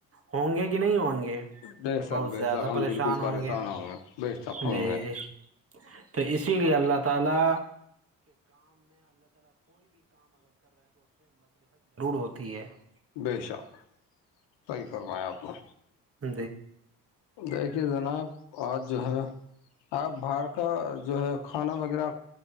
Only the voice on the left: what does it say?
بے شک
بے
شک ہم
بالکل
بے شک ہوں
گے
بے شک صحیح فرمایا آپ کو
دیکھیے جناب آج جو ہے آپ باہر کا جو ہے کھانا وغیرہ